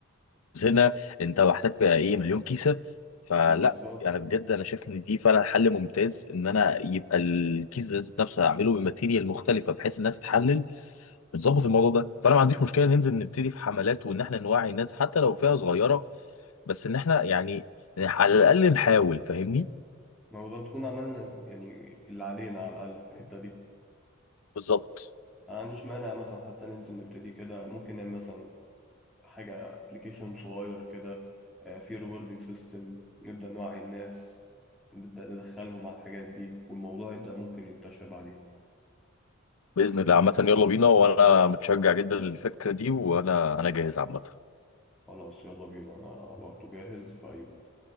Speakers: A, on the left; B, in the centre.
A: توزنها أنت محتاج إيه مليون كيسة فلا
B: ما بالظبط
A: يعني بجد أنا شايف إن دي فعلا حل ممتاز إن أنا يبقى الكيس ده ذات نفسه هعمله بماتيريال مختلفة بحيث إنها تتحلل بنظبط الموضوع ده فأنا ما عنديش مشكلة ننزل نبتدي في حملات وإن إحنا نوعي الناس حتى لو فئة صغيرة بس ان احنا يعني على الاقل نحاول فاهمني
B: ما هو نكون عملنا يعني اللي علينا على الأقل في الحتة دي
A: بالظبط
B: أنا ما عنديش مانع مثلا حتى ننزل نبتدي كده ممكن نعمل مثلا حاجة ابلكيشن صغير كده آه، فيه ريوردنج سيستم نبدأ نوعي الناس نبدأ ندخلهم على الحاجات دي والموضوع يبدأ ممكن ينتشر بعدين
A: باذن الله عامه يلا بينا وانا متشجع جدا للفكره دي وانا انا جاهز عامه
B: خلاص يلا بينا أنا برضه جاهز في أي وقت